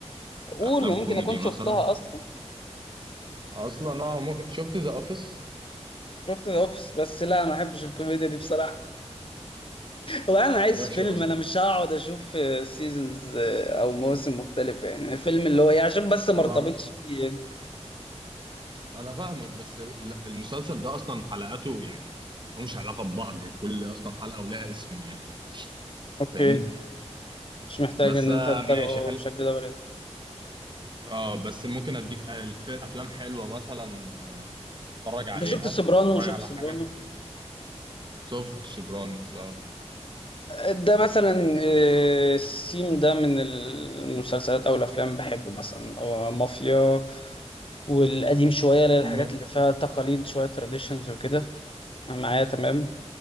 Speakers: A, on the left; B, on the right.
A: قول
B: في افلام
A: ما يمكن
B: كوميدي
A: أكون شفتها
B: مثلا
A: أصلا
B: اصلا اه ممكن شفت ذا اوفيس
A: شفت ذا أوفيس بس لا ما أحبش الكوميديا دي بصراحة وانا
B: ما
A: عايز
B: عجبكش
A: فيلم
B: اصلا
A: انا مش هقعد اشوف سيزونز او موسم مختلفه يعني فيلم اللي هو إيه، عشان بس ما
B: هو
A: ارتبطش
B: عم...
A: بيه يعني.
B: انا فاهمك بس ال- المسلسل ده اصلا حلقاته يعني ملهمش علاقه ببعض كل اصلا حلقه ولها اسم يعني
A: اوكي
B: فاهمني
A: مش محتاج
B: بس
A: ان
B: آه،
A: انت تتابعه
B: ماشي
A: بشكل دوري
B: اه بس ممكن اديك الف- افلام حلوه مثلا اتفرج عليها
A: انت شفت سوبرانو
B: اتفرج
A: وشفت
B: على
A: سوبرانو
B: حاجه سوفت سوبرانوس اه
A: ده مثلا آه، السيم ده من المسلسلات او الافلام بحبه مثلا او مافيا والقديم شويه للحاجات
B: م-
A: اللي فيها تقاليد شويه تراديشنز وكده أنا معايا تمام